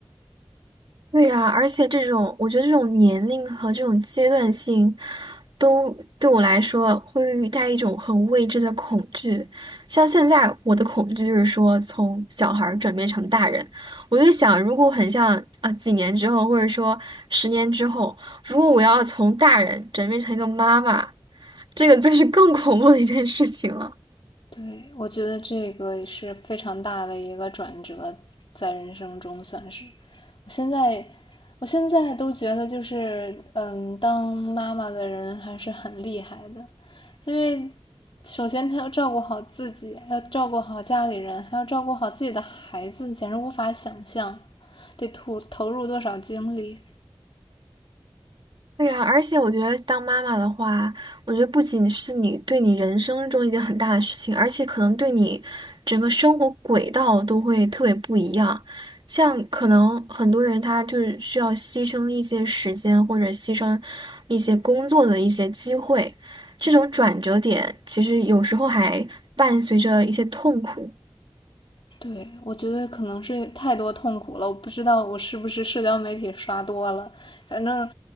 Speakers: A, on the right; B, on the left.
A: 对呀，而且这种，我觉得这种年龄和这种阶段性，都对我来说会带一种很未知的恐惧。像现在我的恐惧就是说，从小孩儿转变成大人，我就想，如果很像啊，几年之后，或者说十年之后，如果我要从大人转变成一个妈妈，这个就是更 <laughs> 恐怖的一件事情了。
B: 对，我觉得这个也是非常大的一个转折，在人生中算是。我现在，我现在都觉得就是，嗯，当妈妈的人还是很厉害的。因为首先他要照顾好自己，还要照顾好家里人，还要照顾好自己的孩子，简直无法想象得投投入多少精力。
A: 对呀，而且我觉得当妈妈的话，我觉得不仅是你对你人生中一件很大的事情，而且可能对你整个生活轨道都会特别不一样。像可能很多人他就是需要牺牲一些时间，或者牺牲一些工作的一些机会，这种转折点其实有时候还伴随着一些痛苦。
B: 对，我觉得可能是太多痛苦了，我不知道我是不是社交媒体刷多了，反正